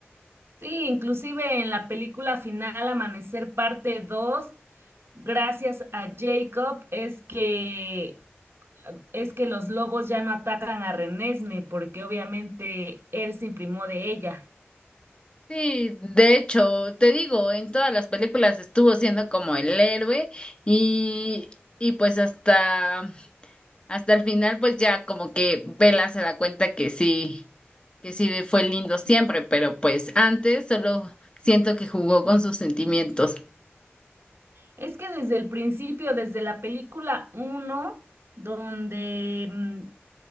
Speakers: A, on the right (about 65°); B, on the left (about 25°).
A: Sí, inclusive en la película final Amanecer parte 2, gracias a Jacob es que es que los lobos ya no atacan a Renesme porque obviamente él se imprimó de ella.
B: Sí, de hecho, te digo, en todas las películas estuvo siendo como el héroe y, y pues hasta hasta el final, pues ya como que Bella se da cuenta que sí, que sí fue lindo siempre, pero pues antes solo siento que jugó con sus sentimientos.
A: Es que desde el principio, desde la película uno, donde mm,